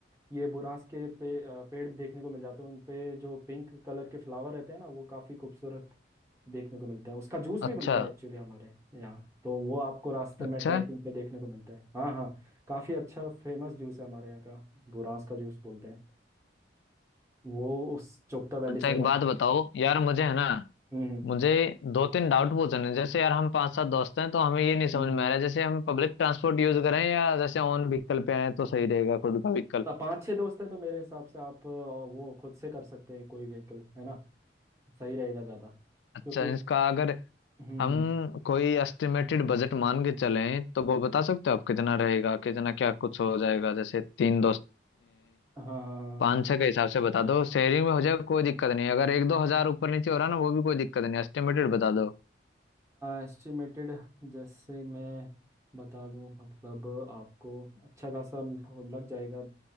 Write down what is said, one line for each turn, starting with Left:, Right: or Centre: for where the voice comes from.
Right: ये बुरांस के पे, अ, पेड़ देखने को मिल जाते हैं उन पे जो पिंक कलर के फ्लावर रहते हैं ना वो काफ़ी खूबसूरत देखने को मिलता है उसका जूस भी
Left: अच्छा
Right: बनता है एक्चुअली हमारे यहाँ तो वो आपको रास्ते
Left: अच्छा
Right: में ट्रैकिंग पे देखने को मिलता है हाँ हाँ काफ़ी अच्छा फेमस जूस है हमारे यहाँ का बुरांस का जूस बोलते हैं वो उस चोपता वैली
Left: अच्छा
Right: साइड
Left: एक
Right: आपको
Left: बात बताओ
Right: हम्म
Left: यार मुझे है ना
Right: हम्म
Left: मुझे दो तीन डाउट पूछने हैं। जैसे यार हम पांच सात दोस्त हैं तो हमें ये नहीं समझ
Right: हम्म
Left: में
Right: हम्म।
Left: आ रहा है, जैसे हम पब्लिक ट्रांसपोर्ट यूज करें या जैसे ओन व्हीकल पे आए तो सही रहेगा खुद का व्हीकल
Right: तो पाँच छः दोस्त हैं तो मेरे हिसाब से आप अ, वो खुद से कर सकते हैं कोई व्हीकल है ना सही रहेगा ज़्यादा
Left: अच्छा
Right: क्योंकि
Left: इसका अगर
Right: हम्म
Left: हम
Right: हम्म।
Left: कोई एस्टिमेटेड बजट मान के चलें तो वो बता सकते हो आप कितना रहेगा कितना क्या कुछ हो जाएगा जैसे तीन दोस्त
Right: हाँ
Left: पाँच सौ के हिसाब से बता दो शेयरिंग में हो जाएगा कोई दिक्कत नहीं अगर एक दो हजार ऊपर नीचे हो रहा ना वो भी कोई दिक्कत नहीं एस्टिमेटेड बता दो
Right: एस्टिमेटेड जैसे मैं बता दूं मतलब आपको अच्छा खासा लग जाएगा